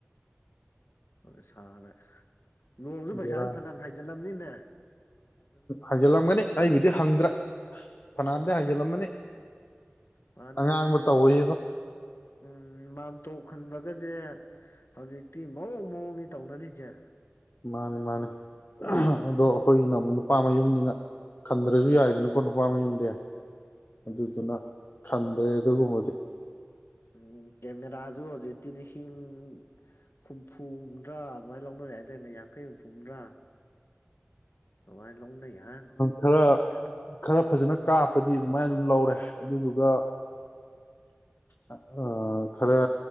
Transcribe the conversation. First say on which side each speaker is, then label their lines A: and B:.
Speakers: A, on the left; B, on the left.
A: ꯑꯗꯨ ꯁꯔꯦ ꯅꯣꯡꯁꯨ ꯄꯩꯁꯥꯥꯁꯦ
B: ꯕꯦꯔꯥꯅꯤ
A: ꯐꯅꯌꯥꯝ ꯐꯩꯖꯤꯜꯂꯝꯕꯅꯤꯅꯦ <unintelligible>
B: ꯍꯥꯏꯖꯤꯜꯂꯝꯒꯅꯤ ꯑꯩꯕꯨꯗꯤ ꯍꯪꯗ꯭ꯔꯦ ꯐꯅꯌꯥꯝꯗꯤ
A: ꯎꯝ
B: ꯍꯥꯏꯖꯤꯜꯂꯝꯃꯅꯤ
A: ꯃꯥꯅꯦ
B: ꯑꯉꯥꯡꯕ
A: ꯍꯧꯖꯤꯛꯇꯤ
B: ꯇꯧꯋꯦꯕ
A: ꯎꯝ ꯃꯥꯝꯇꯧ ꯈꯟꯕꯒꯁꯦ ꯍꯧꯖꯤꯛꯇꯤ ꯃꯑꯣꯡ ꯃꯑꯣꯡꯅꯤ ꯇꯧꯅꯔꯤꯁꯦ
B: ꯃꯥꯅꯤ ꯃꯥꯅꯦ ꯑꯗꯣ
A: ꯎꯝ
B: ꯑꯩꯈꯣꯏꯒꯤꯅ ꯑꯃꯨꯛ ꯅꯨꯄꯥ ꯃꯌꯨꯝꯅꯤ ꯈꯟꯗ꯭ꯔꯁꯨ ꯌꯥꯏꯗꯅꯀꯣ ꯅꯨꯄꯥ ꯃꯌꯨꯝꯗꯤ ꯑꯗꯨꯗꯨꯅ
A: ꯎꯝ
B: ꯈꯟ ꯑꯗꯩ ꯑꯗꯨ ꯀꯃꯗꯤ
A: ꯎꯝ ꯀꯦꯃꯦꯔꯥꯁꯨ ꯍꯧꯖꯤꯛꯇꯤ ꯂꯤꯁꯤꯡ ꯍꯨꯝꯐꯨ ꯍꯨꯝꯗ꯭ꯔꯥ ꯑꯗꯨꯃꯥꯏꯅ ꯂꯧꯅꯔꯦ ꯍꯥꯏꯗꯥꯏꯅꯦ ꯌꯥꯡꯈꯩ ꯍꯨꯝꯐꯨ ꯍꯨꯝꯗ꯭ꯔꯥ ꯑꯗꯥꯏ ꯂꯧꯅꯩ ꯍꯥꯏ
B: ꯈꯔ
A: ꯈꯪꯗꯦꯗ
B: ꯈꯔ ꯐꯖꯅ ꯀꯥꯞꯄꯗꯤ ꯑꯗꯨꯃꯥꯏꯅ ꯑꯗꯨꯝ ꯂꯧꯔꯦ ꯑꯗꯨꯗꯨꯒ ꯑ ꯈꯔ